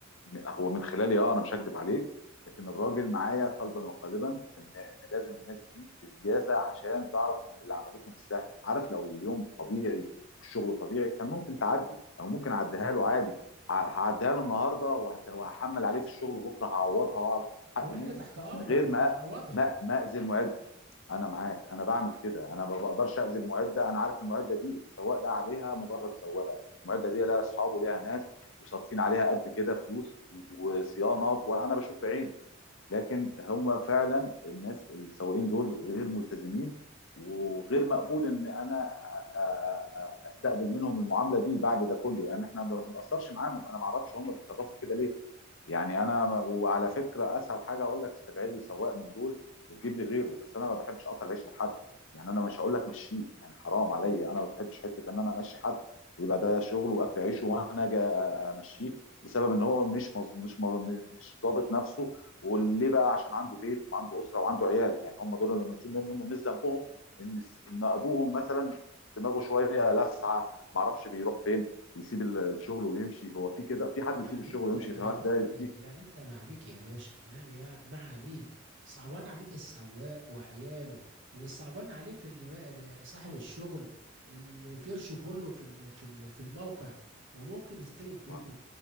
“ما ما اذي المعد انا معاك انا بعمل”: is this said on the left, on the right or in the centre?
Left